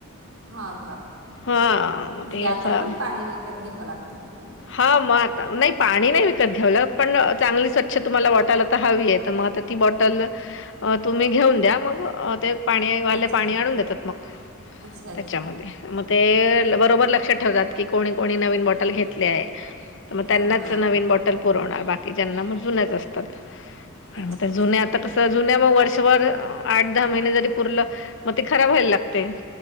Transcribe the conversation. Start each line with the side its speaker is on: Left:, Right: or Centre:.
Right: हा का
Left: हां मग
Right: म्हणजे
Left: ते
Right: आता
Left: याचा
Right: पण पाणी विकत घ्यावं लागतं का तुम्हाला
Left: हा मग नाही पाणी नाही विकत घेवलं पण चांगली स्वच्छ तुम्हाला वाटायला तर हवी आहे मग बॉटल अ, तुम्ही घेऊन द्या मग ते पा वाले
Right: अच्छा.
Left: पाणी आणून देतात मग
Right: अच्छा अच्छा
Left: त्याच्यामध्ये मग ते बरोबर लक्षात ठेवतात कोणी कोणी नवीन बॉटल घेतले, मग त्यांनाच
Right: हां हां.
Left: नवीन बॉटल बॉटल पूरवणार, बाकीच्यांना मग जुन्याच असतात,
Right: अच्छा
Left: आता
Right: अच्छा
Left: जुन्या कसं आत्ता वर्षभर वर्षभर आठ दहा महिने जरी पूरल मग ते खराब व्हायला लागते.